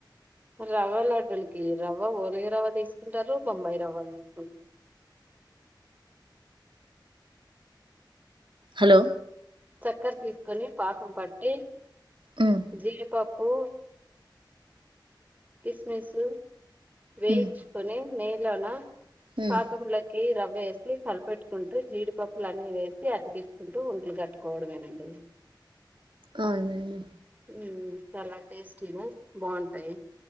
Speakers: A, on the right (about 20°); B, on the right (about 90°).
A: రవ్వ లడ్డులుకి రవ్వ ఓలిగ రవ్వ తీసుకుంటారు. బొంబయి రవ్వ తీసుకు
B: హలో
A: చెక్కర తీసుకొని పాకం పట్టి
B: హ్మ్
A: జీడిపప్పు కిస్మిసు వేయించుకొని
B: హ్మ్
A: నెయ్యిలోన
B: హ్మ్
A: పాకములకి రవ్ వేసి కలిపెట్టుకుంటూ జీడిపప్పులన్నీ వేసి అతికిచ్చుకుంటూ ఉంట్లు కట్టుకోవడంమేనండి.
B: అవునండి
A: ఉమ్ చాలా టేస్టీగా బావుంటాయి.